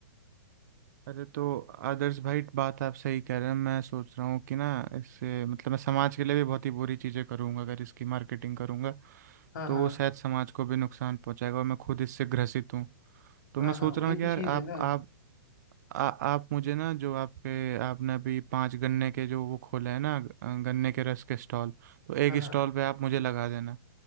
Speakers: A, on the right; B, on the left.
A: अरे तो आदर्श भाई बात आप सही कह रहे हैं मैं सोच रहा हूँ कि ना इससे मतलब मैं समाज के लिए भी बहुत ही बुरी चीज़ें करूँगा अगर इसकी मार्केटिंग करूँगा
B: हाँ
A: तो
B: हाँ
A: वो शायद समाज को भी नुकसान पहुँचाएगा और मैं खुद इससे ग्रसित हूँ तो मैं
B: हाँ
A: सोच
B: हाँ
A: रहा
B: वही
A: हूँ कि
B: तो
A: यार
B: चीज
A: आप
B: है ना
A: आप आ, आप मुझे ना जो आपके आपने अभी पांच गन्ने के जो वो खोले हैं ना अ, गन्ने के रस के स्टॉल तो एक
B: हाँ हाँ
A: स्टॉल पे आप मुझे लगा देना